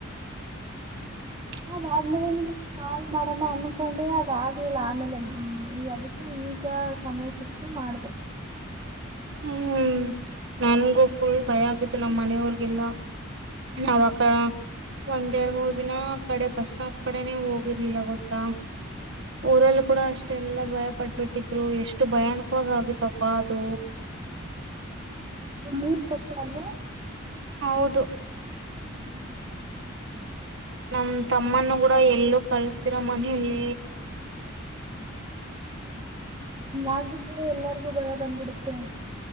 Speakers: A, on the right; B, on the right.
A: ಹ
B: ಹಾ ಅ ಆದ್ಮೇಲೆ ಕಾಲ್ ಮಾಡೋಣ ಅನ್ಕೊಂಡೆ ಅದ ಆಗ್ಲಿಲ್ಲ ಆಮೇಲೆ ಹ್ಮ ಈಗ ಅದಕ್ಕೆ ಈಗ ಸಮಯ ಸಿ ಇ ಮಾಡ್ದ
A: ಹ್ಮ್ ನನ್ಗೂ ಫುಲ್ ಭಯ ಆಗತ್ತು ನಮ್ಮ್ ಮನೆಯವ್ರಗೆಲ್ಲಾ
B: ಹ್ಮ್
A: ನವಕ ಒಂದ್ ಎರಡ್ ಮೂರ್ ದಿನ ಕಡೆ ಬಸ್ ಸ್ಟಾಪ್ ಕಡೆನೆ ಹೋಗಿರ್ಲಿಲ್ಲ ಗೊತ್ತಾ ಊರಲ್ಲಿ ಕೂಡ ಅಷ್ಟೆಲ್ಲ ಭಯ ಪಟ್ಬಿಟ್ಟಿದ್ರು ಎಷ್ಟು ಭಯಾನಕವಾಗಿ ಆಗತ್ತಪ್ಪಾ ಅದು
B: ನೀವು್ ಮೂರ್ ಪಕ್ಕ ಅಲ್ವಾ
A: ಹೌದು
B: ಹ್ಮ್
A: ನಮ್ ತಮ್ಮನ್ನು ಕೂಡ ಎಲ್ಲೂ ಕಲ್ಸ್ತಿರ ಮನಲಿ
B: ಹೌ ಆಗ್ಬಿಟ್ರೆ ಎಲ್ಲರಿಗೂ ಭಯ ಬಂದ್ಬಿಡುತ್ತೆ